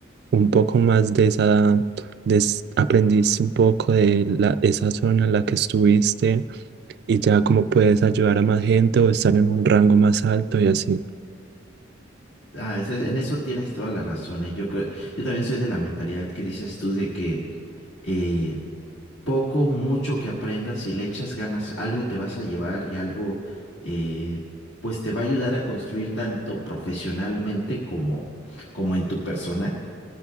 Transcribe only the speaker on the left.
Ah, ese- en eso tienes toda la razón. eh. Yo, creo- yo también soy de la mentalidad que dices tú de que eh, poco, mucho que aprendas, si le echas ganas, algo te vas a llevar y algo eh, pues te va a ayudar a construir tanto profesionalmente como, como en tu persona.